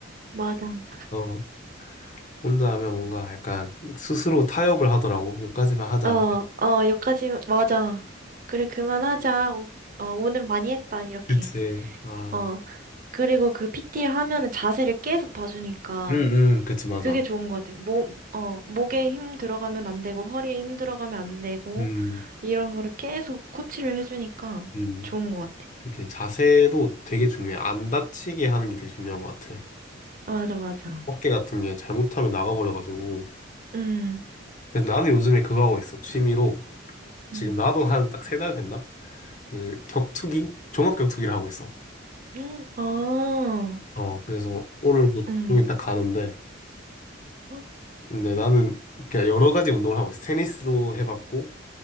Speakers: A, on the right (about 45°); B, on the left (about 40°).
A: 맞아.
B: 어, 혼자 하면 뭔가 약간 스스로 타협을 하더라고. 여기까지만 하자.
A: 어, 어, 여기까지, 맞아. 그래, 그만하자. 오- 어, 오늘 많이 했다, 이렇게.
B: 그치. 아.
A: 어. 그리고 그 PT 하면은 자세를 계속 봐주니까
B: 음, 음, 그치, 맞아.
A: 그게 좋은 것 같아. 목, 어, 목에 힘 들어가면 안 되고, 허리에 힘 들어가면 안 되고,
B: 음,
A: 이런 거를 계속 코치를 해주니까
B: 음.
A: 좋은 것 같아.
B: 그치, 자세도 되게 중요해. 안 다치게 하는 게 되게 중요한 것 같아.
A: 맞아, 맞아.
B: 어깨 같은 게 잘못하면 나가버려가지고.
A: 음,
B: 그래서 나는 요즘에 그거 하고 있어. 취미로. 지금
A: 음,
B: 나도 한 딱 세 달 됐나? 그, 격투기? 종합 격투기를 하고 있어.
A: 음, 아,
B: 어, 그래서 오늘도
A: 음,
B: 좀 이따 가는데.
A: 음,
B: 근데 나는 그냥 여러 가지 운동을 하고 있어. 테니스도 해봤고,